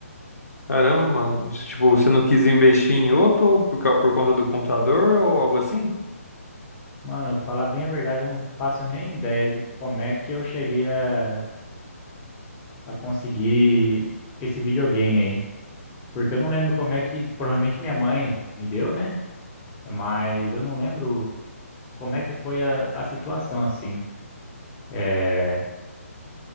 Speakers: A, on the left; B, on the left.
A: Caramba, mano. Tipo, você não quis investir em outro por, cau- por conta do computador ou algo assim?
B: Mano, falar bem a verdade, eu não faço nem ideia de como é que eu cheguei a, a conseguir esse videogame aí. Porque eu não lembro como é que, provavelmente minha mãe me deu, né? Mas eu não lembro como é que foi a, a situação, assim. É,